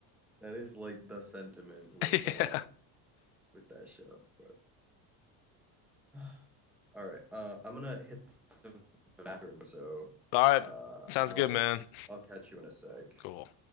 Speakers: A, in the centre; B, on the left.
A: that is like the sentiment with
B: <laughs>
A: uh with that show. But, <sighs> all right, uh, I'm gonna hit the bathroom, so
B: All right.
A: uh,
B: Sounds
A: I'll
B: good, man.
A: I'll catch you in a sec.
B: Cool.